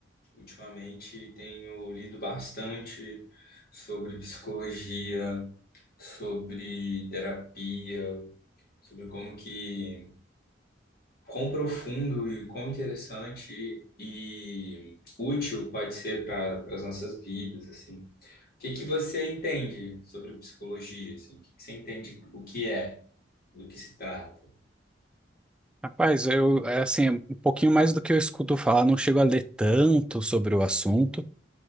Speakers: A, on the left; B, in the centre.
A: ultimamente tenho lido bastante sobre psicologia, sobre terapia, sobre como que, quão profundo e quão interessante e útil pode ser para as nossas vidas, assim. O que que você entende sobre psicologia, assim? O que que você entende o que é, do que se trata?
B: Rapaz, eu, é assim, um pouquinho mais do que eu escuto falar, não chego a ler tanto sobre o assunto,